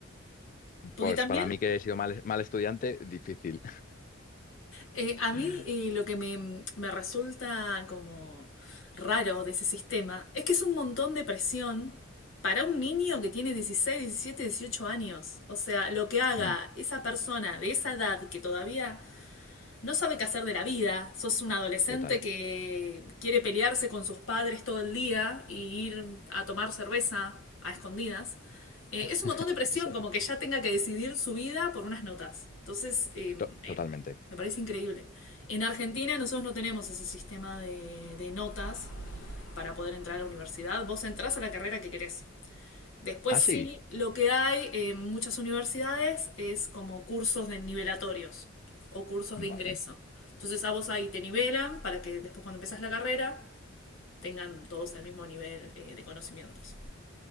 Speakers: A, on the left; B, on the left.
A: Porque
B: Pues
A: también
B: para mí que he sido mal, mal estudiante, difícil.
A: Eh, a mí
B: <laughs>
A: eh, lo que me, me resulta como raro de ese sistema es que es un montón de presión para un niño que tiene 16, 17, 18 años. O sea, lo que haga
B: Mm,
A: esa persona de esa edad que todavía no sabe qué hacer de la vida. Sos un adolescente
B: Total,
A: que quiere pelearse con sus padres todo el día y ir a tomar cerveza a escondidas. Eh,
B: <laughs>
A: es un montón de presión,
B: eso,
A: como que ya tenga que decidir su vida por unas notas. Entonces, eh,
B: to-
A: me,
B: totalmente.
A: me parece increíble. En Argentina nosotros no tenemos ese sistema de, de notas para poder entrar a la universidad. Vos entrás a la carrera que querés. Después
B: Ah,
A: sí,
B: sí,
A: lo que hay en muchas universidades es como cursos de nivelatorios o cursos
B: vale.
A: de ingreso. Entonces a vos ahí te nivelan para que después cuando empezás la carrera tengan todos el mismo nivel eh, de conocimientos.